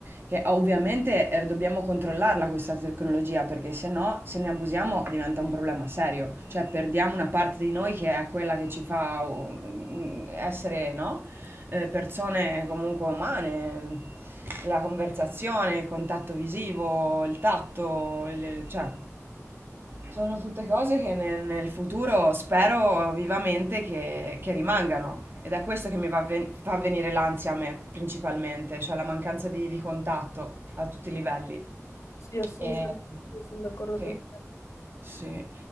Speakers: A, on the right; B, on the left.
A: che ovviamente eh, dobbiamo controllarla questa tecnologia, perché se no, se ne abusiamo diventa un problema serio, cioè perdiamo una parte di noi che è quella che ci fa uh, essere, no? eh, persone comunque umane, la conversazione, il contatto visivo, il tatto, il- cioè sono tutte cose che ne- nel futuro spero vivamente che, che rimangano. Ed è questo che mi va ven- fa venire l'ansia a me principalmente, cioè la mancanza di, di contatto a tutti i livelli.
B: Sì, assolutamente,
A: E-
B: sono d'accordo
A: sì.
B: con te.
A: Sì.